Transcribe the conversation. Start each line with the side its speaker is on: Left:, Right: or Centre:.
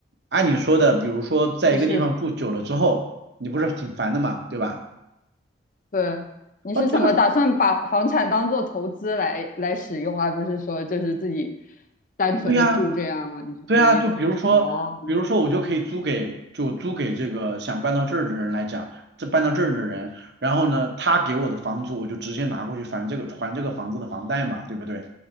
Right: 按你说的，比如说在一个地方住久了之后，
Left: 你是。
Right: 你不是挺烦的嘛，对吧？
Left: 对，你是怎么打算把房产当做投资来来使用，
Right: 哦，这个
Left: 而不是说就是自己单纯的住这样吗？
Right: 对呀。
Left: 你是这个意思？
Right: 对啊，就比如说，
Left: 哦，
Right: 比如说我就可以租给，就租给这个想搬到这儿的人来讲，这搬到这儿的人，然后呢，他给我的房租我就直接拿过去还这个还这个房子的房贷嘛，对不对？